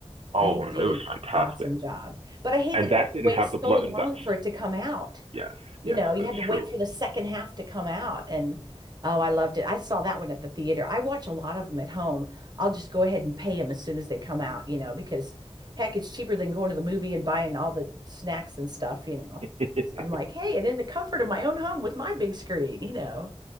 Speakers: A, on the right (about 65°); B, on the right (about 40°).
A: Oh,
B: They did
A: it was
B: an
A: fantastic.
B: awesome job. But I hate
A: And
B: that
A: that
B: you have
A: didn't
B: to wait
A: have
B: so
A: the blood and
B: long
A: guts.
B: for it to come out.
A: Yes,
B: You
A: yes,
B: know, you
A: that's
B: had to wait
A: true.
B: for the second half to come out. And oh, I loved it. I saw that one at the theater. I watch a lot of them at home. I'll just go ahead and pay them as soon as they come out, you know, because heck, it's cheaper than going to the movie and buying all the snacks and stuff, you know.
A: <laughs>
B: I'm like, hey, and in the comfort of my own home with my big screen, you know.